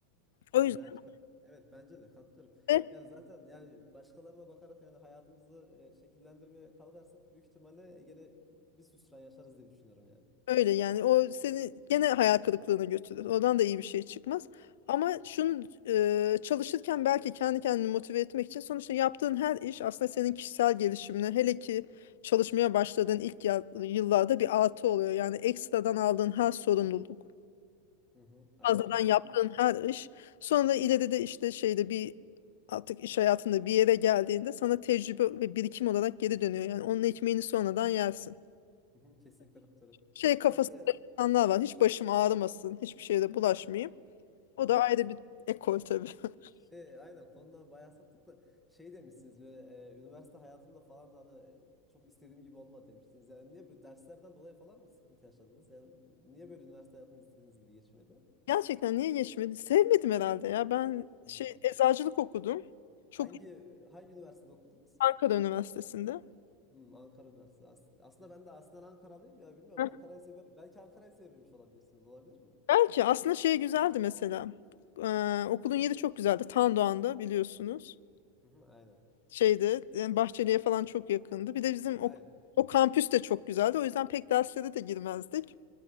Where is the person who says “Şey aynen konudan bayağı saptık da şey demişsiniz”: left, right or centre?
Centre